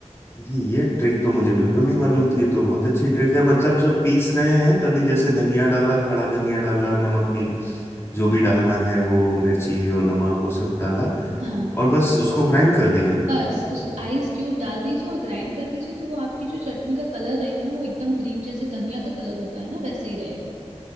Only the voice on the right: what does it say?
<laughs>
हाँ
बस उस आइस क्यूब डाल दीजिए और ग्राइंड कर दीजिए तो वो आपकी जो चटनी का कलर रहेगा ना वो एकदम ग्रीन जैसे धनिया का कलर होता है ना वैसे ही रहेगा